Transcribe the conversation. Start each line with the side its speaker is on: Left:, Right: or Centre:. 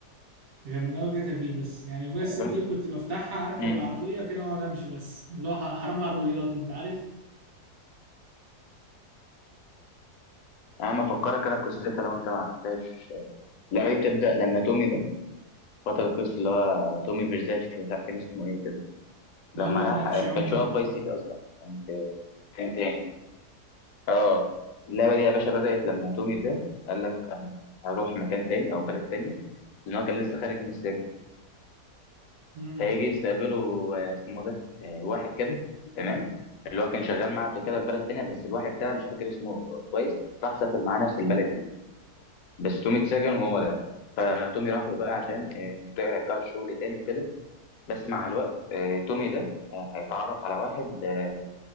Right: غير من أول جاتا في بس يعني فايس سيتي
Left: يعني،
Right: إيه كنت بفتحها أركب
Left: امم
Right: العربية كده وأقعد أمشي بس اللي هو حرام عربيات أنت عارف
Left: انا افكرك انا قصتها لو انت ما عرفتهاش لا هي بتبدا لما تومي ده بطل القصه اللي هو تومي فيرزاتشي مش عارف كان اسمه ايه كده لما
Right: يلا
Left: راح
Right: ما بعرفش
Left: آه، ما
Right: أعوم
Left: كانش
Right: ده
Left: هو في فايس سيتي اصلا كان في كان تاني اه اللعبه دي يا باشا بدات لما تومي ده قال لك انا هروح مكان تاني او بلد تانية لان هو كان لسه خارج من السجن
Right: امم
Left: فهيجي يستقبله آه، اسمه ده آه، واحد كده تمام اللي هو كان شغال معاه قبل كده في بلد تانية بس الواحد ده مش فاكر اسمه كويس راح سافر معاه نفس البلد بس تومي اتسجن وهو لا فتومي راح له بقى عشان آه، يبدأ يرجعه الشغل تاني وكده بس مع الوقت آه، تومي ده آه، هيتعرف على واحد آه،